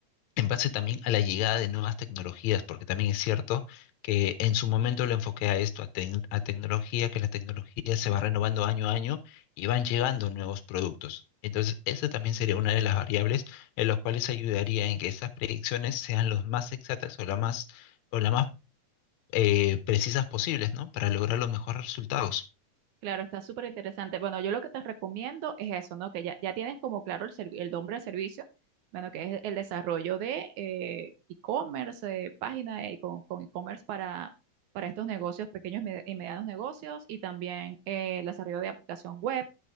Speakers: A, on the left; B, on the right.
A: en base también a la llegada de nuevas tecnologías, porque también es cierto que en su momento lo enfoqué a esto, a, tec- a tecnología, que la tecnología se va renovando año a año y van llegando nuevos productos. Entonces, esa también sería una de las variables en las cuales ayudaría en que esas predicciones sean las más exactas o las más, o las más eh, precisas posibles, ¿no? Para lograr los mejores resultados.
B: Claro, está súper interesante. Bueno, yo lo que te recomiendo es eso, ¿no? Que ya, ya tienes como claro el, servi- el nombre del servicio, bueno, que es el desarrollo de eh, e-commerce, eh, página eh, con, con e-commerce para, para estos negocios, pequeños y med- y medianos negocios, y también eh, el desarrollo de aplicación web